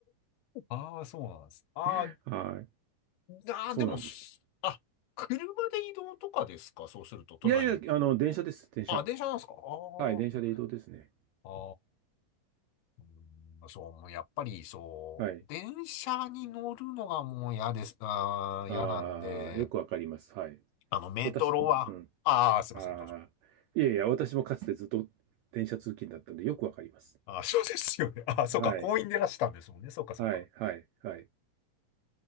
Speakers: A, on the left (about 85°); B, on the right (about 85°).
A: <laughs> ああ、そうなんです。あー
B: <laughs> はい。
A: あー、
B: そうなんです。
A: でも、すあ、車で移動とかですかそうすると都内に。
B: いやいや、あの、電車です、電車。
A: あ、電車なんですかああ
B: はい、電車で移動ですね。
A: ー。ああ、うんそう、もうやっぱりそう、
B: はい。
A: 電車に乗るのがもう嫌です、あー、
B: ああ、
A: 嫌なんで、
B: よくわかります。はい。
A: あの、メトロは、
B: 私、うん。
A: ああ、すいません、
B: ああ、
A: どうぞ。
B: いやいや、私もかつてずっと電車通勤だったんで、よくわかります。
A: あー <laughs> そうですよね。あーそうか、
B: はい、
A: 公園でいらしたんですもんね。そうか、そうか。
B: はい、はい、はい、